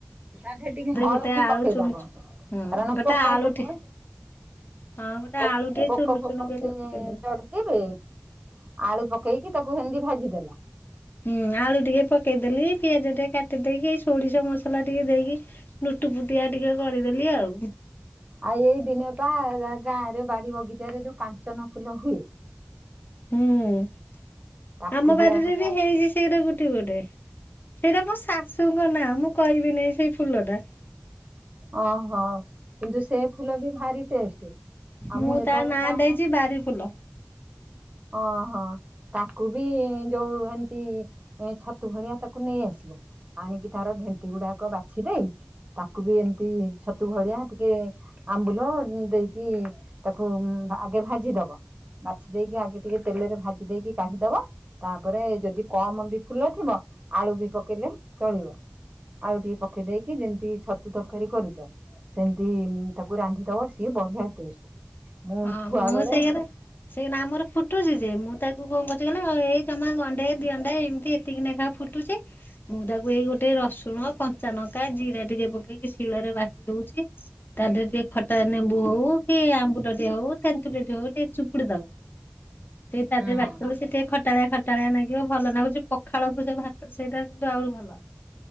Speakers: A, on the right; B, on the left.
A: ତା ଦେହରେ ଟିକେ ହଳଦୀ
B: ଗୋଟେ ଆଳୁ
A: ପକେଇଦବ
B: ଚୁନୁ ଚୁ
A: କାରଣ
B: ହଁ ଗୋଟେ
A: ପୋକ
B: ଆଳୁଟେ
A: ଯୋକ
B: ହଁ ଗୋଟେ
A: ପୋ
B: ଆଳୁ ଟିକେ
A: ପୋକ
B: ଚୁନୁ
A: ଫୋକ
B: ଚୁନୁ କରି ପକେଇଦେଲି।
A: ଚଢିଥିବେ ଆଳୁ ପ ହେଇତି ତାକୁ ଶେନ୍ତି ଭାଜିଦେଲ।
B: ହୁଁ ଆଳୁ ଟିକେ ପକେଇଦେଲି ପିଆଜ ଟିକେ କାଟିଦେଇକି ସୋଡିଷ ମସଲା ଟିକେ ଦେଇକି ପୁଟୁ ପୁଟିଆ ଟିକେ କରିଦେଲି ଆଉ।
A: ଆଉ ଏଇ ଦିନ ପା ଗାଁ ରେ ବାଡି ବଗିଚାରେ ଯୋଉ କାଞ୍ଚନ ଫୁଲ ହୁଏ
B: ହୁଁ
A: ତାକୁ
B: ଆମ ବାରିରେ
A: ଆଣିକି
B: ବି ହେଇଛି ସେଇଟା ଗୋଟେ ଗୋଟେ। ସେଇଟା ମୋ ଶାଶୁଙ୍କ ନାଁ, ମୁଁ କହିବି ନାହିଁ ସେଇ ଫୁଲ ଟା
A: ଓ ହୋ କିନ୍ତୁ ସେ ଫୁଲ ବି ଭାରିି ଟେଷ୍ଟ। <unintelligible>
B: ମୁଁ ତା ନାଁ ଦେଇଛି ବାରି ଫୁଲ।
A: ଓ ହୋ। ତାକୁ ବି ଯୋଉ ଏମିତି ଛତୁ ଭଳିଆ ତାକୁ ନେଇ ଆସିବେ। ଆଣିକି ତାର ଢେଣ୍ଟି ଗୁଡାକ ବାଛି ଦେଇ ତାକୁ ବି ଏମିତି ଛତୁ ଭଳିଆ ଟିକେ ଆମ୍ବୁଲ ଦେଇକି ତାକୁ ଆଗେ ଭାଜିଦବ ବାଛି ଦେଇେଇକି ଆଗେ ଟିକେ ତେଲରେ ଭାଜି ଦେଇକି କାଢିଦବ ତାପରେ ଯଦି କମ ବି ଫୁଲ ଥିବ ଆଳୁ ବି ପକେଇ ଚଳିବ ଆଉ ଟିକେ ପକେଇ ଦେଇକି ଯେମିତି ଛତୁ ତରକାରୀ କରୁଚ ସେମିତି ତାକୁ ରାନ୍ଧିଦବ ସିଏ ବଢିଆ ଟେଷ୍ଟ। ମୁଁ
B: ହଁ
A: ଛୁଆ
B: ମୁଁ
A: ବେଳେ
B: ସେଇରେ ସେ ଏଇନା ଆମର ଫୁ ଫୁଟୁଛି ଯେ ମୁଁ ତାକୁ କଣ କରୁଛି କହିଲ, ଏଇ ଜମା ଗଣ୍ଡେ ଦି ଅଣ୍ଡେ ଏମିତି ଏତିକି ନେଖା ଫୁଟୁଛି। ମୁଁ ତାକୁ ଏଇ ଗୋଟେ ରସୁଣ କଞ୍ଚାାନଙ୍କା ଜିରା ଟିକେ ପକେଇକି ଶୀଳରେ ବାଟି ଦଉଛି ତା ଦେହରେ ଟିକେ ଖଟା ନେମ୍ବୁ ହଉ କି ଆମ୍ବୁ <unintelligible> ହଉ ତେନ୍ତୁଲିଟେ ହଉ ଟିକେ ଚିପୁଡି ଦବ। ଟିକ ତା ଦେହରେ
A: ହଁ
B: ବାଟି ଦେଥିଲୁ ସେ ଟିକେ ଖଟାଳିଆ ଖଟାଳିଆ ଲାଗିବ ଭଲ ଲାଗୁଛି ପଖାଳକୁ ସେ ଭାତ ସେଇଟା ଆ ଭଲ।